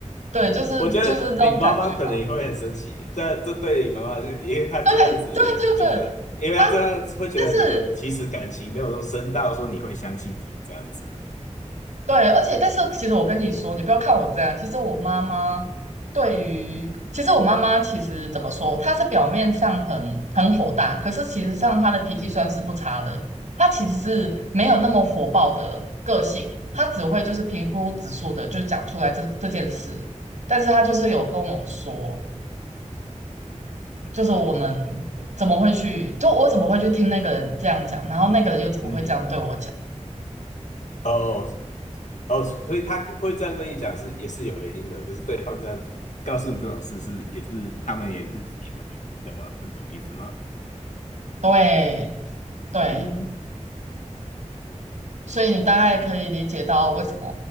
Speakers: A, on the right; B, on the left.
A: 对，就是就是那种感觉吧。
B: 我觉得你妈妈可能也会很生气，这这对你妈妈就，因为她这样子觉得，
A: 对对对对，
B: 因为她这样会觉得你们其实感情没有那么深到说你会相信这样子。
A: 他，但是对，而且但是其实我跟你说，你不要看我这样，其实我妈妈对于，其实我妈妈其实怎么说，她是表面上很很火大，可是其实上她的脾气算是不差的，
B: 嗯
A: 她其实是没有那么火爆的个性，她只会就是平铺直述的就讲出来这这件事，但是她就是有跟我说，就是我们怎么会去，就我怎么会去听那个人这样讲，然后那个人又怎么会这样对我讲？
B: 嗯嗯嗯哦哦，所以她会这样跟你讲是也是有原因的，就是对方这样告诉你这种事是也是他们也是体会的么是这种意思吗？
A: 对对，
B: 嗯，
A: 所以你大概可以理解到为什么，